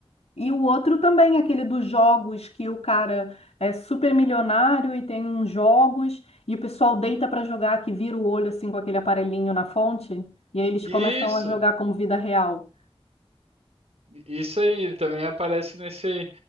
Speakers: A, on the left; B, on the right.
A: E o outro também, aquele dos jogos, que o cara é super milionário e tem uns jogos, e o pessoal deita para jogar, que vira o olho assim com aquele aparelhinho na fonte, e aí eles
B: Isso.
A: começam a jogar como vida real.
B: Isso aí, ele também aparece nesse aí.